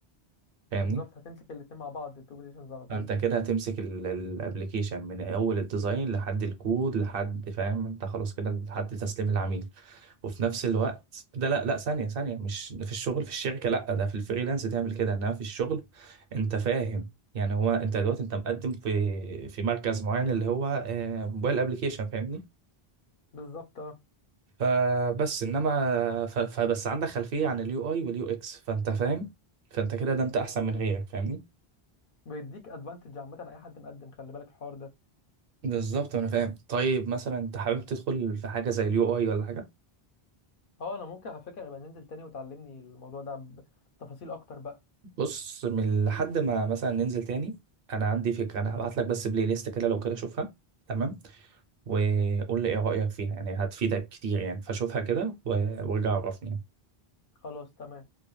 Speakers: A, on the right (about 65°); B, on the left (about 60°).
A: فاهمني
B: بالظبط هتمسك الاتنين مع بعض التو بوزيشنز على طول
A: فانت كده هتمسك الابلكيشن من اول الديزاين لحد الكود لحد فاهم انت خلاص كده لحد تسليم العميل وفي نفس الوقت ده لا لا ثانية ثانية مش في الشغل في الشركة لا ده في الفريلانس تعمل كده انما في الشغل انت فاهم يعني هو انت دلوقتي انت مقدم في في مركز معين اللي هو آه، موبايل ابلكيشن فاهمني
B: بالظبط اه
A: فبس انما ف- فبس عندك خلفية عن اليو اي واليو اكس فانت فاهم فانت كده ده انت احسن من غيرك فاهمني
B: بيديك ادفانتج عامه على اي حد مقدم خلي بالك الحوار ده
A: بالظبط انا فاهم طيب مثلا انت حابب تدخل في حاجة زي اليو اي ولا حاجة
B: اه انا ممكن على فكره يبقى ننزل تاني وتعلمني الموضوع ده بتفاصيل اكتر بقى
A: بص من لحد ما مثلا ننزل تاني انا عندي فكرة انا هبعت لك بس بلاي ليست كده لو كده شوفها تمام وقول لي ايه رأيك فيها يعني هتفيدك كتير يعني فشوفها كده و- وارجع عرفني يعني.
B: خلاص تمام